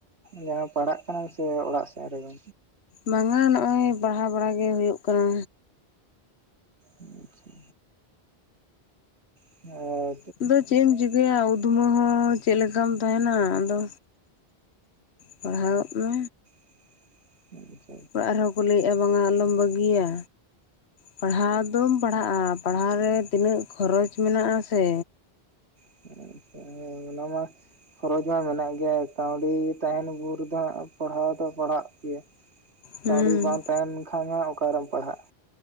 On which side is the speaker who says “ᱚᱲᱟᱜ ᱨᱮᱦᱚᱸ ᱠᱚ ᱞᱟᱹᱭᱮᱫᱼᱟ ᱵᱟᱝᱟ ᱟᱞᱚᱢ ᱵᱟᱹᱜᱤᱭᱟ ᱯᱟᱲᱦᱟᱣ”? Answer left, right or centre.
Left